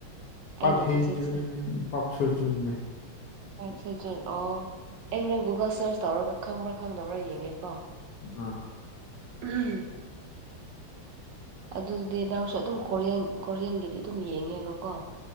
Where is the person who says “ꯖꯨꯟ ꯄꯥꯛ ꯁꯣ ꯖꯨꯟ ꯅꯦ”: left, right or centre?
Left